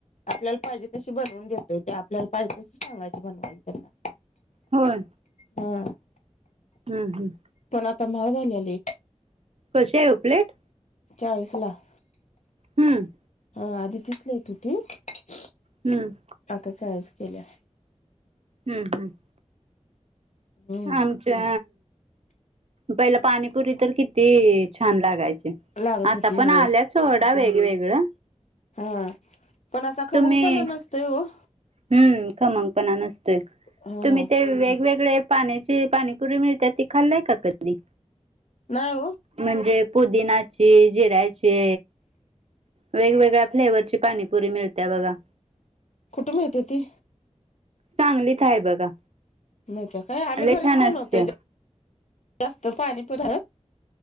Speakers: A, on the left; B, on the right.
A: आपल्याला पाहिजे तशी बनवून देतोय ते आपल्याला पाहिजे तस सांगायचे बनवायची त्यांना
B: होय
A: हम्
B: हम्म हम्
A: पण आता महा झाले आलं एक
B: कशी आहे प्लेट
A: चाळीस लाख
B: हम्म
A: हा. आधी <unintelligible>
B: हम्.
A: आताच्या आळस केल्या आहे.
B: हम्म हम्म
A: हम्म
B: आमच्या पहिला पाणीपुरी तर किती छान लागायचे
A: लागत
B: आता
A: होती
B: पण
A: होय
B: आल्यास सोडा वेगवेगळ.
A: हा. पण असा खमंग
B: तुम्ही
A: पण नसतोय हो.
B: हम्म. खमंगपणा नसतोय.
A: हा
B: तुम्ही ते वेगवेगळे पाण्या- ते पाणीपुरी मिळत ते खाल्लय का कधी?
A: नाही हो.
B: म्हणजे पुदिनाची, जिऱ्याची- वेगवेगळ्या फ्लेवरची पाणीपुरी मिळतिया बघा.
A: कुठ मिळते ती?
B: सांगलीत आहे बघा.
A: नाहीत काय. आम्ही
B: लय
A: घरीच
B: छान
A: बनवतोय
B: असते.
A: जास्त पाणी पुर-